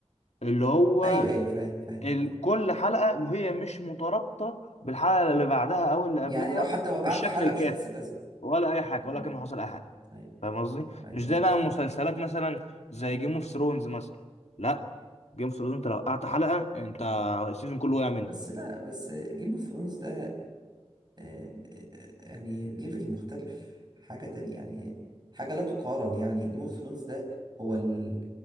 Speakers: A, on the left (about 75°); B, on the right (about 40°).
A: اللي هو
B: ايوه ايوه فاهم فاهم
A: ال-
B: فاهم
A: كل حلقة هي مش مترابطة بالحلقة اللي بعدها أو اللي
B: يعني
A: قبلها
B: لو حتى وقعت
A: بالشكل
B: حلقه
A: الكافي
B: مش هتحس بازمه
A: ولا أي حاجة ولا
B: أمم،
A: كان حصل أي حاجة
B: ايوه
A: فاهم قصدي؟ مش
B: ايوه
A: زي بقى مسلسلات مثلا زي جيم اوف ثرونز مثلا لا جيم اوف ثرونز أنت لو قطعت حلقة أنت السيزون كله وقع منك
B: بس لا بس جيم اوف ثرونز ده آه، آه، آه، يعني ليفل مختلف حاجة تانية يعني حاجة لا تقارن يعني جيم اوف ثرونز ده هو ال...